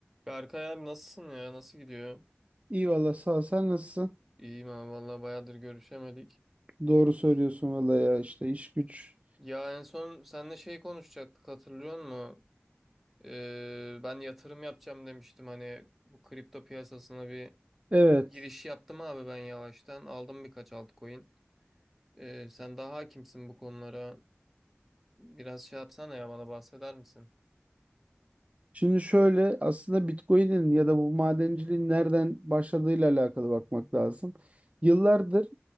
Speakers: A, in the centre; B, on the right (about 30°).
A: Berkay abi nasılsın ya? Nasıl gidiyor?
B: İyi valla sağ ol. Sen nasılsın?
A: İyiyim abi vallahi bayağıdır görüşemedik.
B: Doğru söylüyorsun valla ya işte iş güç.
A: Ya en son seninle şey konuşacaktık hatırlıyor musun? Ee, ben yatırım yapacağım demiştim hani bu kripto piyasasına bir
B: Evet.
A: giriş yaptım abi ben yavaştan. Aldım birkaç altcoin. Ee, sen daha hakimsin bu konulara. Biraz şey yapsana ya bana bahseder misin?
B: Şimdi şöyle aslında Bitcoin'in ya da bu madenciliğin nereden başladığıyla alakalı bakmak lazım. Yıllardır